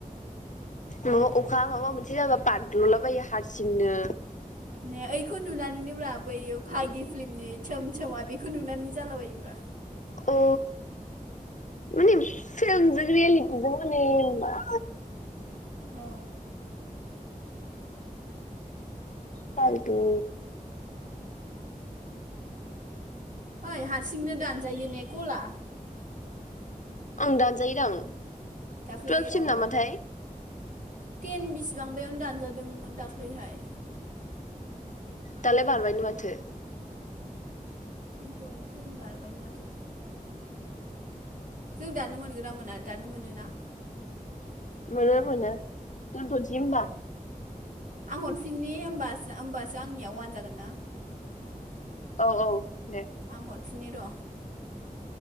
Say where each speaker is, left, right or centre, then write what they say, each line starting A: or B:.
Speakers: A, on the left; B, on the right.
A: माबा अखा माबा मोनसे जाबा बाद्लुलाबायो हारसिंनो।
B: ने ओखौ नुनानैनो ब्रा बै भागि फिल्मनि सोम सोमा बेखौ नुनानै जालाबायोब्रा
A: अ। माने फिल्मजों रियेलिटिजों माने मा
B: औ।
A: फालथु।
B: ओइ हारसिंनो दानजायो ने कला?
A: ओं दानजायोदां। टुवेल्भसिम
B: दाख्लै औ
A: नामाथाय।
B: टेन बिसिबांबयावनो दानजादोंमोन दाख्लैहाय।
A: दालाय बारबायनो माथो।
B: खिन्थु तेन बारबायाय माथो जों दानो मोनगोना मोना? दानो मोन ना?
A: मोनो मोनो। दोनथ'नोसै होनबा?
B: अ आं हरफिननि होबास होबास दा आंनिया वान जागोन ना?
A: औ औ। दे।
B: आं हरफिननि र'